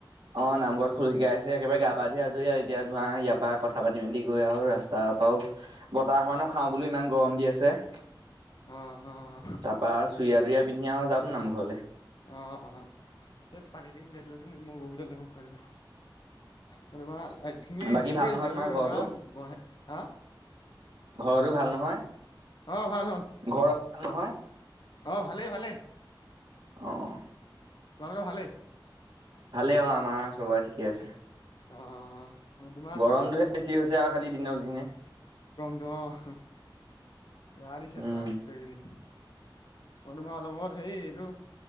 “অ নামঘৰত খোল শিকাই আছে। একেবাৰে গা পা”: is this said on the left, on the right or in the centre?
Right